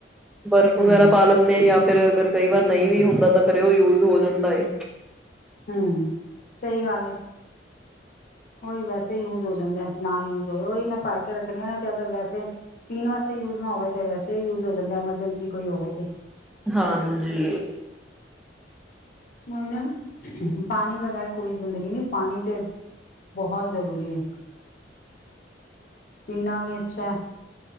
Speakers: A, in the centre; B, on the left.
A: ਬਰਫ
B: ਹਮ
A: ਵਗੈਰਾ ਕਰਨੇ, ਜਾਂ ਫਿਰ ਅਗਰ ਕਈ ਵਾਰ ਨਹੀਂ ਵੀ ਹੁੰਦਾ ਤਾਂ ਫੇਿਰ ਉਹ ਯੂਜ ਹੋ ਜਾਂਦਾ ਹੈ
B: ਹੂ ਸਹੀ ਗੱਲ ਹੈ ਉਹੀ ਵੈਸੇ ਯੂਜ ਹੋ ਜਾਂਦਾ, ਨਾ ਯੂਜ ਹੋਵੇ ਔ ਹੀ ਨਾ ਭਰ ਕੇ ਰੱਖਣੇ ਤੇ ਅਰ ਵੈਸੇ ਪੀਣ ਵਾਸਤੇ ਯੂਜ ਨਾ ਹੋਵੇ ਤੇ, ਵੈਸੇ ਯੂਜ ਹੋ ਜਾਂਦਾ ਐਮਰਜੈਂਸੀ ਕੋਈ ਹੋਵੇ ਤੇ
A: ਹਾਂਜੀ
B: ਔ ਹੀ ਨਾ ਪਾਣੀ ਬਗੈਰ ਕੋਈ ਜ਼ਿੰਦਗੀ ਨੀ ਪਾਣੀ ਤੇ ਬਹੁਤ ਜ਼ਰੂਰੀ ਹੈ ਪੀਣਾ ਵੀ ਅੱਛਾ ਹੈ